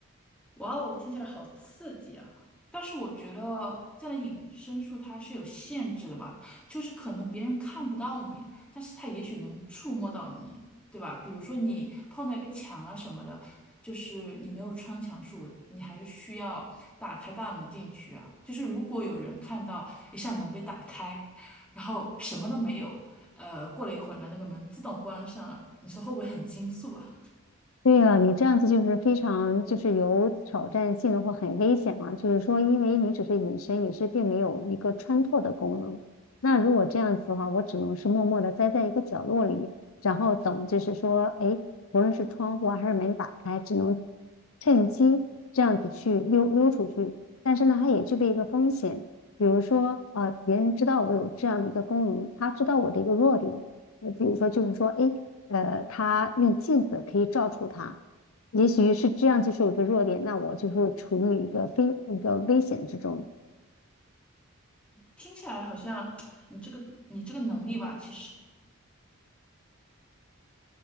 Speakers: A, in the centre; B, on the left.
A: 哇哦，听起来好刺激啊！但是我觉得这样的隐身术它是有限制的吧，就是可能别人看不到你，但是他也许能触摸到你，对吧？比如说你碰到一个墙啊什么的，就是你没有穿墙术，你还是需要打开大门进去啊。就是如果有人看到一扇门被打开，然后什么都没有，呃，过了一会儿呢，那个门自动关上了，你说会不会很惊悚啊？
B: 对啊，你这样子就是非常就是有挑战性的或很危险嘛。就是说，因为你只是隐身，你是并没有一个穿透的功能。那如果这样子的话，我只能是默默的待在一个角落里，然后等，就是说，哎，无论是窗户啊还是门打开，只能趁机这样子去溜溜出去。但是呢，它也具备一个风险，比如说，呃，别人知道我有这样的一个功能，他知道我的一个弱点。呃，比如说，就是说，哎，呃，他用镜子可以照出他，也许是这样，就是我的弱点。那我就是处于一个非一个危险之中。
A: 听起来好像你这个你这个能力吧，其实